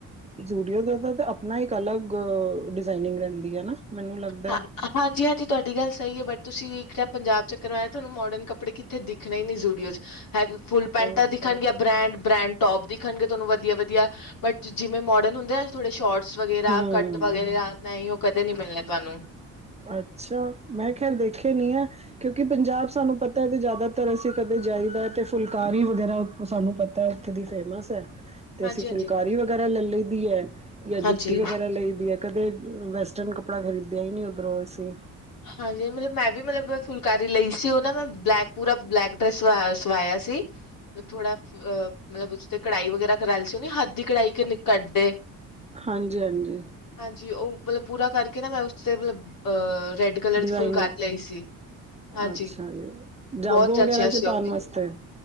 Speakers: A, on the right (about 15°); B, on the left (about 60°).
A: ਜੂਡੀਓ ਦਾ ਤਾਂ ਆਪਣਾ ਇੱਕ ਅਲੱਗ ਡਿਜ਼ਾਇਨਿੰਗ ਰਹਿੰਦੀ ਹੈ ਨਾ। ਮੈਨੂੰ ਲੱਗਦਾ
B: ਹਾਂ ਹਾਂਜੀ ਹਾਂਜੀ। ਤੁਹਾਡੀ ਗੱਲ ਸਹੀ ਏ, ਬਟ ਤੁਸੀਂ ਇੱਕ ਟਾਈਮ ਪੰਜਾਬ ਚੱਕਰ ਲਾਇਆ ਤੁਹਾਨੂੰ ਮੋਡਰਨ ਕਪੜੇ ਕਿਤੇ ਦਿਖਣੇ ਹੀ ਨੀ ਜੂਡੀਓ ਚ। ਜਾ ਫ਼ੁੱਲ
A: ਅ
B: ਪੈਂਟਾ ਦਿਖਣਗੀਆਂ। ਬ੍ਰੈਂਡ ਬ੍ਰੈਂਡ ਟੋਪ ਦਿਖਣਗੇ, ਤੁਹਾਨੂੰ ਵਧੀਆ ਵਧੀਆ ਬਟ ਜਿਵੇਂ ਮੋਡਰਨ ਹੁੰਦੇ ਆ ਥੋੜ੍ਹੇ ਸ਼ੋਰਟਸ ਵਗੈਰਾ
A: ਹਮ
B: ਕੱਟ ਵਗੈਰਾ ਨਹੀਂ, ਉਹ ਕਦੇ ਨਹੀਂ ਮਿਲਣੇ ਤੁਹਾਨੂੰ।
A: ਅੱਛਾ, ਮੈਂ ਖੈਰ ਦੇਖੇ ਨੀ ਐ ਕਿਉਂਕਿ ਪੰਜਾਬ ਚ ਸਾਨੂੰ ਪਤਾ ਹੈ ਕਿ ਜ਼ਿਆਦਾਤਰ ਅਸੀਂ ਕਦੇ ਜਾਈਦਾ ਅਤੇ ਫੁਲਕਾਰੀ ਵਗੈਰਾ ਸਾਨੂੰ ਪਤਾ ਉੱਥੇ ਦੀ ਫੇਮਸ ਐ। ਤੇ
B: ਹਾਂਜੀ-ਹਾਂਜੀ।
A: ਅਸੀਂ ਫੁਲਕਾਰੀ ਵਗੈਰਾ ਲੈ ਲਈ ਦੀ ਐ। ਜਾਂ
B: ਹਾਂਜੀ।
A: ਜੁੱਤੀ ਵਗੈਰਾ ਲਈ ਦੀ ਐ, ਕਦੇ ਵੈਸਟਰਨ ਕੱਪੜਾ ਖਰੀਦਿਆ ਹੀ ਨਹੀਂ ਉਧਰੋਂ ਅਸੀਂ।
B: ਹਾਂਜੀ, ਮਤਲਬ ਮੈਂ ਵੀ ਮਤਲਬ ਫੁਲਕਾਰੀ ਲਈ ਸੀ, ਉਹ ਨਾ ਮੈਂ ਬਲੈਕ ਪੂਰਾ ਬਲੈਕ ਡਰੈਸ ਸਵਾਇਆ ਸੀ। ਥੋੜਾ ਅਹ ਮਤਲਬ ਉਸ ਤੇ ਕੜਾਈ ਵਗੈਰਾ ਕਰਾ ਲਈ ਸੀ ਉਹਣੀ ਹੱਥ ਦੀ ਕੜਾਈ ਕੱਢਦੇ
A: ਹਾਂਜੀ ਹਾਂਜੀ।
B: ਹਾਂਜੀ ਉਹ ਮਤਲਬ ਪੂਰਾ ਕਰਕੇ ਨਾ ਮੈਂ ਉਸਤੇ ਮਤਲਬ ਅਹ ਰੈਡ ਕਲਰ
A: ਡਿਜ਼ਾਇਨਿੰਗ
B: ਦੀ ਫੁੱਲ ਕਰ ਲਈ ਸੀ। ਹਾਂਜੀ
A: ਅੱਛਾ ਜੀ ਜਾਗੋ
B: ਬਹੁਤ
A: ਵਗੈਰਾ
B: ਅੱਛਾ
A: ਚ
B: ਸੀ ਉਹ
A: ਪਾਉਣ
B: ਵੀ
A: ਵਾਸਤੇ।